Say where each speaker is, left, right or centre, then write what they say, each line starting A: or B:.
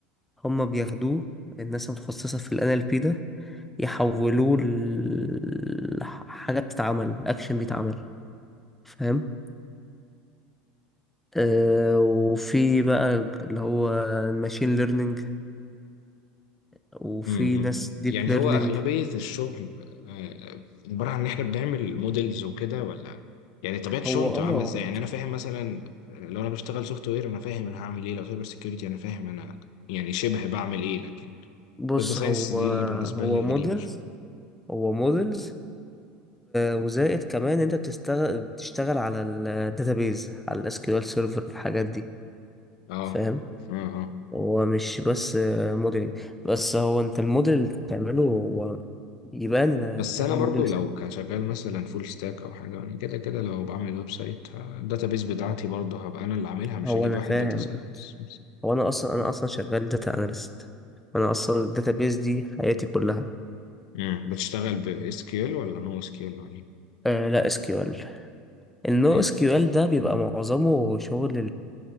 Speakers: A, in the centre; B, on the left.
A: هما بياخدوه الناس المتخصصة في ال NLP ده يحولوه ل- لحاجة بتتعمل أكشن بيتعمل فاهم؟ آه، وفي بقى اللي هو الماشين ليرنينج وفي
B: امم
A: ناس ديب
B: يعني
A: ليرنينج
B: هو أغلبية الشغل آه، عبارة عن إن إحنا بنعمل موديلز وكده ولا يعني طبيعة الشغل
A: هو
B: بتبقى
A: اه
B: عاملة إزاي؟ يعني أنا فاهم مثلا آه، لو أنا بشتغل سوفت وير أنا فاهم أنا هعمل إيه لو سايبر سيكيورتي أنا فاهم أنا يعني شبه بعمل إيه لكن
A: بص
B: داتا ساينس
A: هو
B: دي اللي بالنسبة
A: هو
B: لي
A: موديلز
B: غريبة شوية
A: هو موديلز وزائد كمان انت بتشتغل بتشتغل على الداتابيز على الاس كيو ال سيرفر الحاجات دي
B: أه
A: فاهم
B: أه أه
A: هو مش بس موديلنج بس هو انت الموديل اللي بتعمله هو يبان ان
B: بس
A: فاهم
B: أنا
A: موديل
B: برضو لو كشغال مثلا فول ستاك أو حاجة أنا كده كده لو بعمل ويب سايت الداتا بيس بتاعتي برضو هبقى أنا اللي عاملها مش
A: هو
B: هجيب
A: انا
B: واحد
A: فاهم
B: داتا ساينس
A: هو انا اصلا انا اصلا شغال داتا اناليست انا اصلا الداتا بيز دي حياتي كلها
B: امم بتشتغل ب SQL ولا نو SQL ولا
A: آه لا اس كيو ال النو
B: حلو
A: اس كيو ال ده بيبقى معظمه شغل